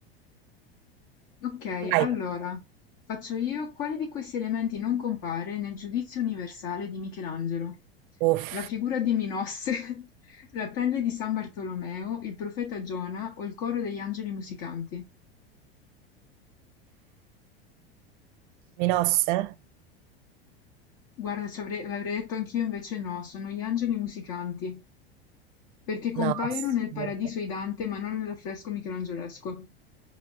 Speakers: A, on the left; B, on the right.
A: Ok,
B: Vai.
A: allora, faccio io, quale di questi elementi non compare nel Giudizio universale di Michelangelo?
B: Uff,
A: La figura di Minosse, <laughs> la pelle di San Bartolomeo, il profeta Giona o il coro degli angeli musicanti?
B: Minosse?
A: Guarda, ci avrei- l'avrei detto anch'io, invece no, sono gli angeli musicanti, perché compaiono
B: No, assurdo.
A: nel Paradiso di Dante, ma non nell'affresco michelangelesco.